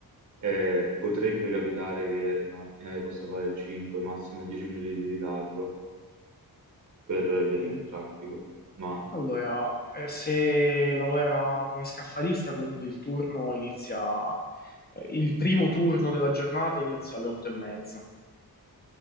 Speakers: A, on the right (about 50°); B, on the left (about 25°).
A: Eh, potrebbe capitare che la mattina io possa fare 5, massimo 10 minuti di ritardo per via
B: Mm.
A: del traffico, ma
B: Allora, eh, se lavora come scaffalista, comunque il turno inizia, eh, il primo turno della giornata inizia alle otto e mezza.